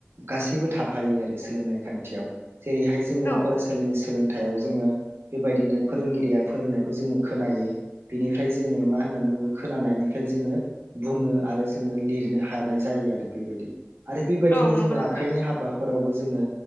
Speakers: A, on the right; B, on the left.
A: गासैबो थाफायो। सोलोंनाय खान्थियाव जेरैहाय जोङो
B: औ
A: फरायसालिनि सोलोंथायाव जोङो बेबायदिनो फोरोंगिरिया फोरोंनायखौ जोङो खोनायो। बिनिफ्राय जोङो मा होननानै बुङो खोनानायनिफ्राय जोङो बुङो आरो जोङो लिरनो हानाय जायो आरो बेबायदि आरो बेबायदिनो
B: औ नंगौ
A: जोङो
B: नोंथां
A: आखाइनि हाबाफोरावबो जोङो